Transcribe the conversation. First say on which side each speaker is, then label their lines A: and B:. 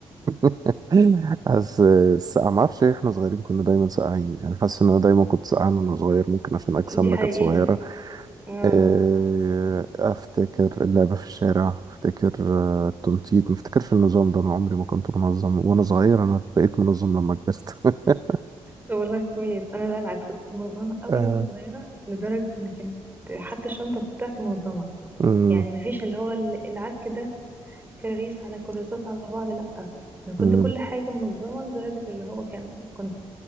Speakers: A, on the right; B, on the right.
A: <laughs> حاسس آه، السقعه ما اعرفش ليه احنا صغيرين كنا دايما ساقعين يعني حاسس ان انا دايما كنت سقعان وانا صغير ممكن عشان اجسامنا
B: دي حقيقة
A: كانت صغيره
B: اه
A: آه، افتكر اللعب في الشارع افتكر آه، التنطيط ما افتكرش النظام ده انا عمري ما كنت منظم وانا صغير انا بقيت منظم لما كبرت <laughs>
B: طب والله كويس انا بقى العكس كنت منظمة قوي
A: آه،
B: وانا صغيرة لدرجة ان كانت حتى الشنطة بتاعتي منظمة
A: مم،
B: يعني مفيش اللي هو العك ده كراريس على كراسات على بعض لأ أنا كنت
A: مم.
B: كل حاجة منظمة لدرجة اللي هو كان كنت